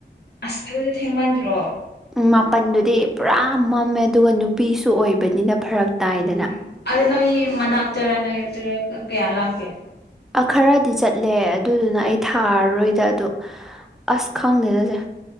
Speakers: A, on the left (about 60°); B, in the centre.
A: ꯑꯁ ꯑꯗꯨꯗꯤ ꯊꯦꯡꯃꯟꯗ꯭ꯔꯣ꯫
B: ꯃꯥꯄꯜꯗꯨꯗꯤ ꯄꯨꯔꯥ ꯃꯝꯃꯦ ꯑꯗꯨꯒ ꯅꯨꯄꯤꯁꯨ ꯑꯣꯏꯕꯅꯤꯅ ꯐꯔꯛ꯫ ꯇꯥꯏꯗꯅ꯫
A: ꯎꯝ ꯑꯗꯣ ꯅꯣꯏ ꯃꯅꯥꯛꯇꯔ ꯅꯩꯔꯛꯇꯔ ꯀꯌꯥ ꯂꯥꯞꯀꯦ꯫
B: ꯑꯈꯔꯗꯤ ꯆꯠꯂꯦ ꯑꯗꯨꯗꯨꯅ ꯑꯩ ꯊꯥꯔꯔꯣꯏꯗ ꯑꯗꯨ ꯑꯁ ꯈꯪꯗꯦꯗ ꯆꯦ꯫